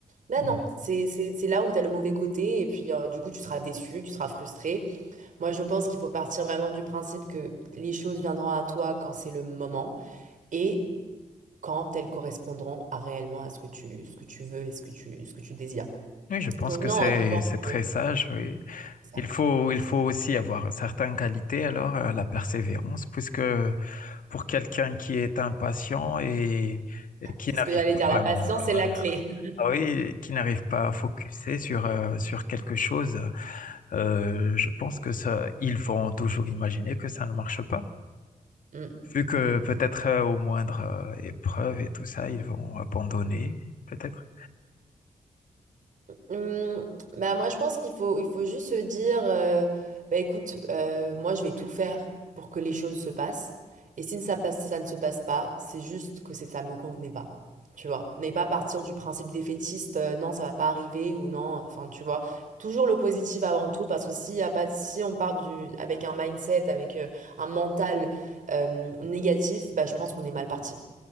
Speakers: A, on the right (about 70°); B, on the left (about 75°).
A: Ben
B: Mm.
A: non, c'est c'est- c'est là où tu as le mauvais côté, et puis euh, du coup, tu seras déçu, tu seras frustré. Moi, je pense qu'il faut partir vraiment du principe que les choses viendront à toi quand c'est le moment. Et quand elles correspondront à réellement à ce que tu, ce que tu veux et ce que tu, ce que tu désires.
B: Oui, je pense
A: Donc
B: que
A: non,
B: c'est
A: je pense
B: c'est très
A: que
B: sage. Oui.
A: c'est ça.
B: Il faut il
A: C'est
B: faut
A: ça.
B: aussi avoir certaines qualités alors euh, la persévérance puisque pour quelqu'un qui est impatient et, et qui
A: C'est
B: n'arrive
A: ce que j'allais
B: pas
A: dire,
B: vraiment
A: la patience
B: à,
A: est la clé. <laughs>
B: ah oui, qui n'arrive pas à focuser sur, euh, sur quelque chose, euh, je pense que ça, ils vont toujours imaginer que ça ne marche pas.
A: Mm,
B: Vu que
A: mm.
B: peut-être euh, au moindre euh, épreuve et tout ça, ils vont abandonner, peut-être.
A: Hum, bah moi je pense qu'il faut il faut juste se dire euh, bah écoute euh, moi je vais tout faire pour que les choses se passent et si ça passe ça ne se passe pas c'est juste que c'est ça me convenait pas tu vois mais pas partir du principe défaitiste euh, non ça va pas arriver ou non enfin tu vois toujours le positif avant tout parce que s'il y a pas de- si on part du avec un mindset avec euh, un mental euh, négatif bah je pense qu'on est mal parti.